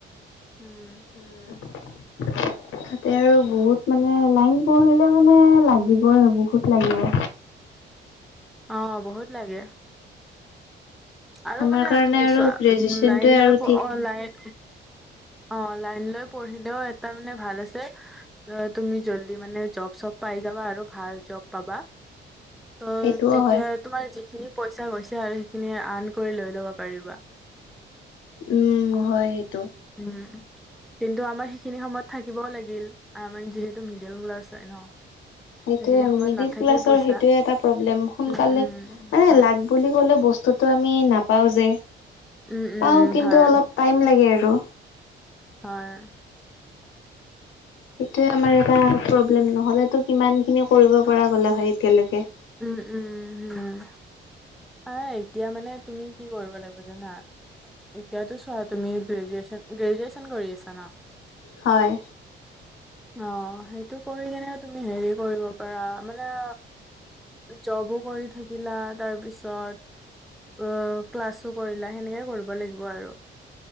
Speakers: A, in the centre; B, on the left.
A: উম।
B: উম, তাতে আৰু বহুত মানে লাইন পঢ়িলে মানে লাগিবই বহুত লাগিব।
A: অ, বহুত লাগে। আৰু
B: আমাৰ
A: মানে
B: কাৰণে
A: তুমি
B: আৰু
A: চোৱা
B: গ্ৰেজুৱেচনটোৱে
A: লাইন লৈ
B: আৰু ঠিক
A: অ, লাই অ, লাইন লৈ পঢ়িলেও এটা মানে ভাল আছে ধৰা তুমি জল্দি মানে জব চব পাই যাবা আৰু ভাল জব পাবা। ত'
B: সেইটোও
A: তেতিয়া
B: হয়।
A: তোমাৰ যিখিনি পইচা গৈছে আৰু সেইখিনি আৰ্ণ কৰি লৈ ল'ব পাৰিবা।
B: উম, হয় সেইটো।
A: উম, কিন্তু আমাৰ সেইখিনি সময়ত থাকিবও লাগিল আৰ আমাৰ যিহেতু মিডেল ক্লাছ হয় ন'?
B: সেইটোৱে
A: সেইখিনি সময়ত
B: মিডিল
A: নাথাকি
B: ক্লাছৰ
A: পইচা
B: সেইটোয়ে এটা প্ৰব্লেম সোনকালে
A: উম উম
B: মানে
A: হয়
B: লাগ বুলি ক'লে বস্তুটো আমি নাপাওঁ যে,
A: উম উম
B: পাওঁ কিন্তু
A: হয়
B: অলপ টাইম লাগে আৰু।
A: হয়।
B: সেইটোৱে আমাৰ এটা প্ৰব্লেম নহলেতো কিমান খিনি কৰিব পৰা গলে হয় এতিয়ালৈকে।
A: উম- উম হম, আহ এতিয়া মানে তুমি কি কৰিব লাগিব জানা? এতিয়াতো ছোৱা তুমি গ্ৰেজুৱেচন -গ্ৰেজুৱেচন কৰি আছা ন?
B: হয়।
A: অহ, সেইটো কৰি কেনে তুমি হেৰি কৰিব পাৰা মানে জবো কৰি থাকিলা তাৰ পিছত অ, ক্লাছো কৰিলা সেনেকে কৰিব লাগিব আৰু।